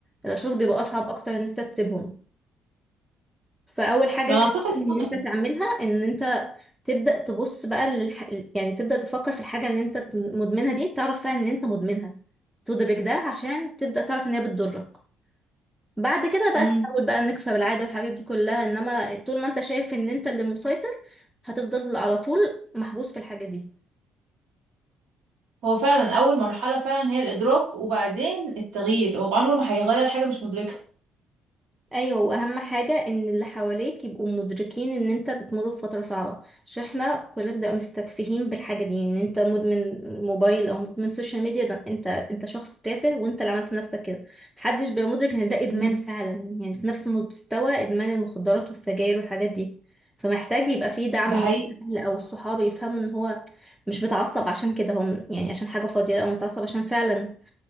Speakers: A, in the centre; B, on the right.
A: الاشخاص بيبقى اصعب اكتر ان انت تسيبهم فاول حاجه
B: ما انا
A: كان
B: اعتقد فعلا
A: ان انت تعملها ان انت تبدأ تبص بقى للح... يعني تبدأ تفكر في الحاجة اللي انت بت- مدمنها دي تعرف فعلا ان انت مدمنها تدرك ده عشان تبدأ تعرف ان هي بتضرك بعد كده بقى
B: امم
A: تحاول بقى نكسر العادة والحاجات دي كلها انما طول ما انت شايف ان انت اللي مسيطر هتفضل على طول محبوس في الحاجة دي
B: هو فعلا اول مرحله فعلا هي الادراك وبعدين التغيير هو عمره ما هيغير حاجه مش مدركها
A: ايوه واهم حاجه ان اللي حواليك يبقوا مدركين ان انت بتمر بفتره صعبه عشان احنا كلنا بنبقى مستتفهين بالحاجه دي ان انت مدمن موبايل او مدمن سوشيال ميديا ده انت انت شخص تافه وانت اللي عملت نفسك كده محدش بيبقى مدرك ان ده ادمان
B: مم.
A: فعلا يعني في نفس مستوى ادمان المخدرات والسجاير والحاجات دي فمحتاج يبقى فيه دعم
B: ده
A: من
B: حقيقي
A: الاهل او الصحاب يفهموا ان هو مش متعصب عشان كده هم يعني عشان حاجه فاضيه لا هو متعصب عشان فعلا